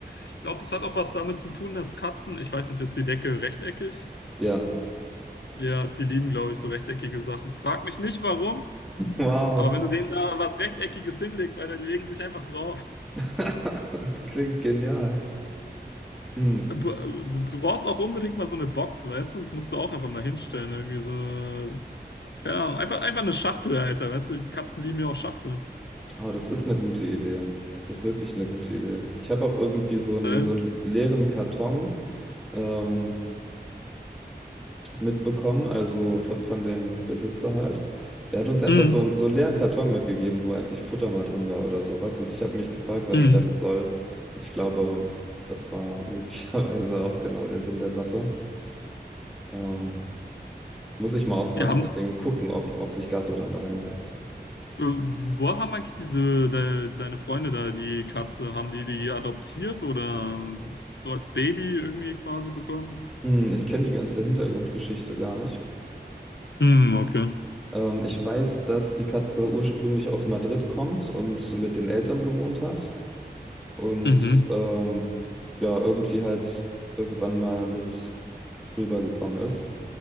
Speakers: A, on the left; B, in the centre.
A: ich glaube, das hat auch was damit zu tun, dass Katzen, ich weiß nicht, ist die Decke rechteckig?
B: Ja,
A: Ja, die lieben, glaube ich, so rechteckige Sachen. Frag mich nicht warum,
B: wow,
A: aber wenn du denen da was Rechteckiges hinlegst, Alter, die legen sich einfach drauf.
B: <laughs> das klingt genial. Hm.
A: Du, du brauchst auch unbedingt mal so eine Box, weißt du? Das musst du auch einfach mal hinstellen, irgendwie so. Keine Ahnung, einfach, einfach eine Schachtel, Alter, weißt du? Die Katzen lieben ja auch Schachteln.
B: Aber das ist eine gute Idee. Das ist wirklich eine gute Idee. Ich habe auch irgendwie so einen,
A: Weil-
B: so einen leeren Karton. ähm, mitbekommen, also von, von dem Besitzer halt. Der hat uns einfach
A: Mm,
B: so, einen- so einen leeren Karton mitgegeben, wo eigentlich Futter mal drin war oder sowas. Und ich habe mich gefragt, was
A: mm.
B: ich damit soll. Und ich glaube, das war <laughs> möglicherweise auch genau der Sinn der Sache. Ähm, muss ich mal auspacken,
A: Die haben,
B: das
A: äh,
B: Ding, und gucken, ob, ob sich Gato dann da reinsetzt. ja.
A: wo haben eigentlich diese, de, deine Freunde da, die Katze, haben die die adoptiert oder so als Baby irgendwie quasi bekommen?
B: Hm, ich kenne die ganze Hintergrundgeschichte gar nicht.
A: Mm, okay.
B: Ähm, ich weiß, dass die Katze ursprünglich aus Madrid kommt und mit den Eltern gewohnt hat. und
A: Mhm.
B: ähm, ja, irgendwie halt irgendwann mal mit rübergekommen ist.